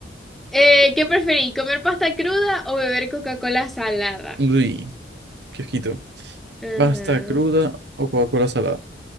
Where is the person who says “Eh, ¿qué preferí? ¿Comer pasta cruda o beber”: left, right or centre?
Centre